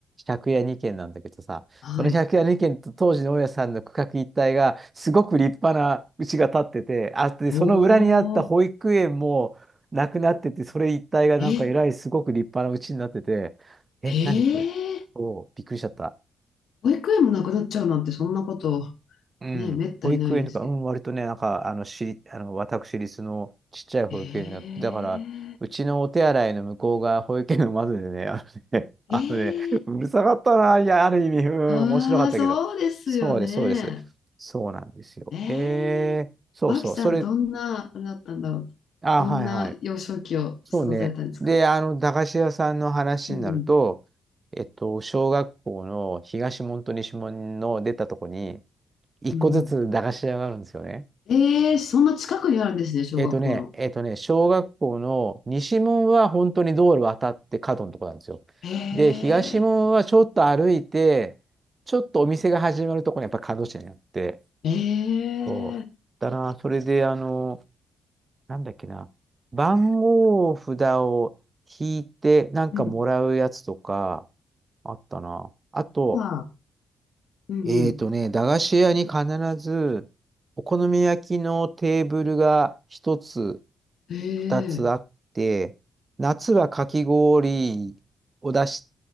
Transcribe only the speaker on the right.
借家にけん軒なんだけどさ、
その借家二軒と当時の大家さんの区画一帯が、すごく立派な家が建ってて、あ、で、
その裏にあった保育園もなくなってて、
それ一帯がなんかえらいすごく立派な家になってて、
え、
何これおうびっくりしちゃった。
うん。
保育園とか、うん、割とね、なんか、あの、しり、あの、私立のちっちゃい保育園になって、
だから、うちのお手洗いの向こうが保育園の窓でね、あのね、<laughs> あのね、
うるさかったな、いや、ある意味、うん、
面白かったけど、
そうです、そうです。そうなんですよ。
へえ、そうそう、それ、
ん
あ、
はいはい。そうね。で、あの、駄菓子屋さんの話になると、
えっと、小学校の東門と西門の出たとこに、一個ずつ駄菓子屋があるんですよね。
えっとね、えっとね、小学校の西門は本当に道路渡って角のとこなんですよ。
で、東門はちょっと歩いて、ちょっとお店が始まるとこにやっぱ角地にあって。
そうだな、それで、あの、なんだっけな、番号札を引いてなんかもらうやつとか、
あったな。あと、
えーとね、駄菓子屋に必ず、お好み焼きのテーブルが一つ、
二つあって、夏はかき氷を出し、